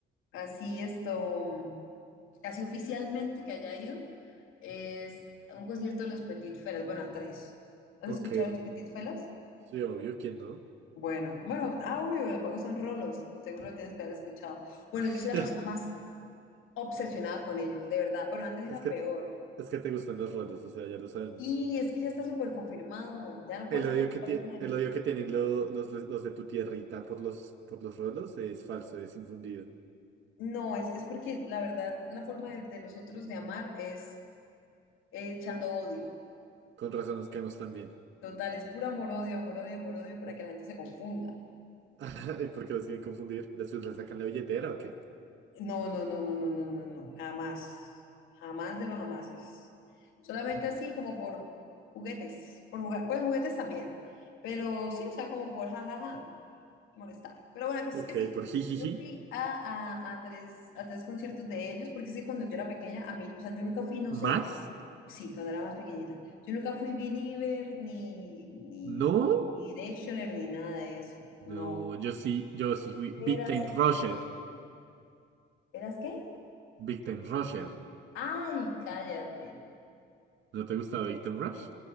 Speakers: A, on the left; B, on the right.
A: así esto, mm, así oficialmente que haya ido, es a un concierto de los Petit Felas, bueno, a tres. ¿Has
B: Ok.
A: escuchado a los Petit Felas?
B: Sí, obvio, ¿quién no?
A: Bueno, bueno, ah, obvio, los pagos son rolos, seguro lo tienes que haber escuchado. Bueno,
B: <laughs>
A: yo soy la persona más obsesionada con ellos, de verdad. Bueno, antes era
B: Es que
A: peor.
B: te, es que te gustan los roles, o sea, ya lo sabemos.
A: Y es que ya está súper confirmado, ya no puedo
B: El
A: hacer
B: odio
A: absolutamente
B: que tiene
A: nada de
B: el
A: mí.
B: odio que tienen lo- los, de los de tu tierrita por los, por los rolos es falso, es infundido.
A: No, es, es porque la verdad, la forma de, de nosotros de amar es eh, echando odio.
B: Con razón nos caemos también.
A: Total, es puro amor-odio, amor-odio, amor-odio para que la gente se confunda.
B: <laughs> ¿Y por qué los quieren confundir? ¿Después le sacan la billetera o qué?
A: No, no, no, no, no, no, no, no, jamás, jamás de los jamases. Solamente así como por juguetes, por jugar, pues juguetes también, pero sí, o sea, como por jajaja, molestar. Pero bueno, la cosa
B: Ok,
A: es que sí,
B: por jijiji.
A: yo fui a, a, a tres, a tres conciertos de ellos, porque es que cuando yo era pequeña, a mí, o sea, yo nunca fui, no
B: ¿Más?
A: sé, sí, cuando era más pequeñita, yo nunca fui believer, ni, ni,
B: No.
A: ni Directioner, ni nada de eso, no.
B: No, yo sí, yo sí fui
A: Eras,
B: Victim Rusher.
A: ¿eras qué?
B: Victim Rusher.
A: Ay, cállate.
B: ¿No te gustaba Victim Rush?